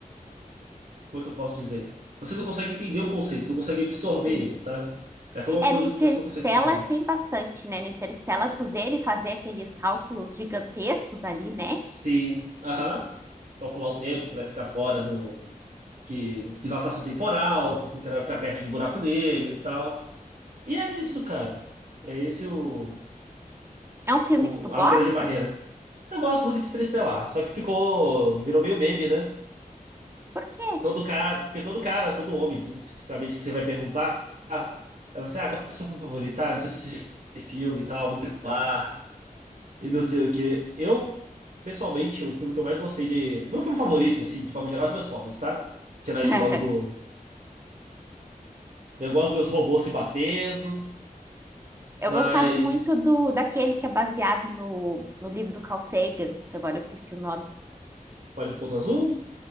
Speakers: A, on the right; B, on the right.
A: Como é que eu posso dizer? Você não consegue entender o conceito, você não consegue absorver
B: Entendi.
A: ele, sabe? É como uma
B: É,
A: coisa
B: no Interstellar
A: que você não consegue explicar.
B: tem bastante, né? No Interstellar tu vê ele fazer aqueles cálculos gigantescos ali, né?
A: Se, aham, calcular o tempo que vai ficar fora do. Que, dilatação temporal, porque o cara vai ficar perto do buraco negro e tal. E é isso, cara. É esse o,
B: É um filme
A: o,
B: que tu gosta?
A: a grande barreira. Eu gosto muito de Interestelar, só que ficou, virou meio meme, né?
B: Por quê?
A: Todo cara, porque todo cara, todo homem, especificamente, que você vai perguntar, ah, é você, ah, qual que é o seu filme favorito? Ah, não sei se você já viu esse filme e tal, muito lá e não sei o quê. Eu, pessoalmente, o filme que eu mais gostei de. O meu filme favorito, assim, de forma geral, é Transformers, tá? Tirar
B: <laughs>
A: isso logo do. Eu gosto dos meus robôs se batendo,
B: Eu
A: mas.
B: gostava muito do daquele que é baseado no, no livro do Carl Sagan, que agora eu esqueci o nome.
A: Pare do Ponto Azul?